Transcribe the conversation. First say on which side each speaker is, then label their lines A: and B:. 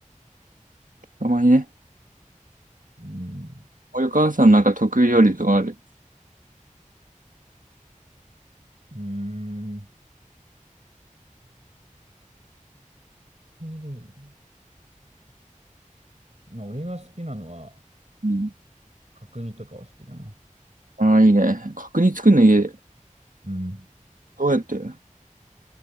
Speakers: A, on the right (about 80°); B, on the right (about 55°).
A: たまにね。
B: うん。
A: おお母さんなんか得意料理とかある。
B: うーん。得意料理。まあ、俺が好きなのは、
A: うん。
B: 角煮とかは好きだな。
A: ああ、いいね。角煮作るの家で。
B: うん。
A: どうやってい